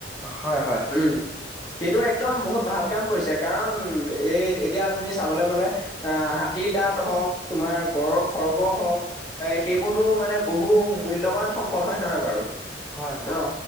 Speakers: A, in the centre; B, on the left (about 25°).
A: হয় হয়
B: উম সেইটো একদম বহুত ভাল কাম কৰিছে কাৰণ এই এতিয়া তুমি চাবলৈ গলে অ হাতীৰ দাঁত হওক তোমাৰ গড়ৰ খৰ্গ হওক এ সেইবোৰতো মানে বহু মূল্য়বান সম্পদ হয় নহয় বাৰু
A: হয় হয় হয়।
B: অ